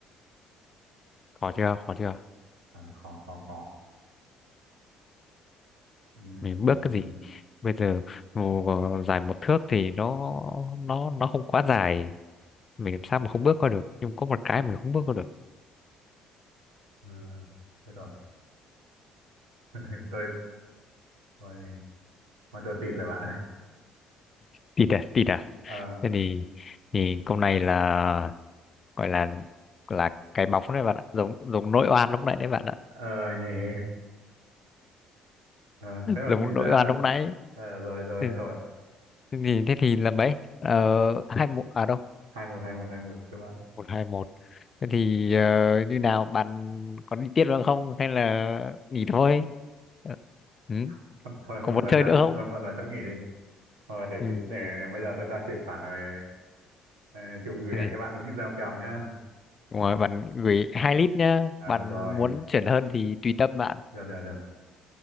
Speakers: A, on the left (about 35°); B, on the right (about 75°).
A: khó chưa khó chưa
B: à, khó khó khó Ừm,
A: mình bước cái gì bây giờ ngồi dài một thước thì nó nó nó không quá dài mình làm sao mà không bước qua được nhưng có một cái mình không bước qua được
B: à, thế rồi <laughs> tôi tôi thôi tôi tịt rồi bạn ơi
A: tịt à tịt à
B: ờ
A: thế thì thì câu này là gọi là là cái bóng đấy bạn ạ giống giống nỗi oan lúc nãy đấy bạn ạ
B: ờ nhỉ ờ
A: <laughs>
B: thế mà
A: giống
B: cũng nghĩ ra
A: nỗi oan
B: được
A: lúc nãy
B: Ờ, rồi rồi
A: Ừ,
B: rồi
A: thế thì thế thì là mấy ờ, hai một à đâu
B: hai một hai một hai một các bạn
A: một hai một thế thì ờ, như nào bạn có đi tiếp nữa không hay là nghỉ thôi Ờ, ừ.
B: <laughs> thôi muộn
A: có muốn
B: rồi
A: chơi
B: chắc
A: nữa không
B: thôi muộn rồi chắc nghỉ đi thôi để
A: ừ.
B: tí- để
A: ừ.
B: bây giờ tôi ra chuyển khoản rồi ờ, chụp gửi
A: thế
B: ảnh
A: thì-
B: cho bạn đúng như giao kèo nhá
A: Đúng rồi bạn gửi hai lít nhá
B: ờ
A: bạn
B: rồi
A: muốn chuyển hơn thì tùy tâm bạn
B: được được được